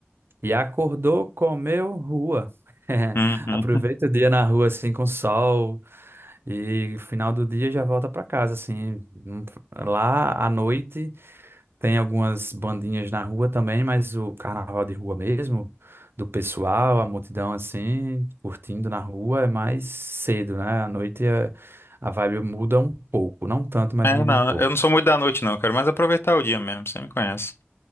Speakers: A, on the right; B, on the left.
A: E acordou, comeu, rua. <laughs>
B: <laughs> Uhum.
A: Aproveita o dia na rua assim com sol e final do dia já volta para casa assim. Não- Lá à noite. Tem algumas bandinhas na rua também, mas o carnaval de rua mesmo, do pessoal, a multidão assim, curtindo na rua, é mais cedo, né? À noite é- a, vibe muda um pouco, não tanto, mas
B: É,
A: muda
B: não,
A: um pouco.
B: eu não sou muito da noite, não. Eu quero mais aproveitar o dia mesmo, você me conhece.